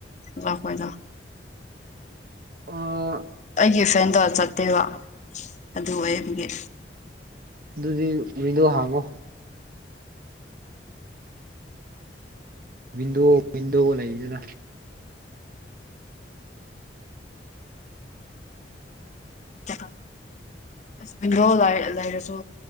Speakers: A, on the left (about 40°); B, on the right (about 55°).
A: ꯂ ꯐꯣꯏꯗ
B: ꯑꯥ
A: ꯑꯩꯒꯤ ꯐꯦꯟꯗ ꯆꯠꯇꯦ ꯋꯥ ꯑꯗꯨ ꯑꯣꯏꯗꯒꯤ
B: ꯑꯗꯨꯗꯤ ꯋꯤꯟꯗꯣ ꯍꯥꯡꯉꯣ ꯋꯤꯟꯗꯣ ꯋꯤꯟꯗꯣ ꯂꯩꯗꯅ
A: ꯀ ꯑꯁꯗꯣ ꯂꯥꯏ ꯂꯥꯏꯔꯁꯨ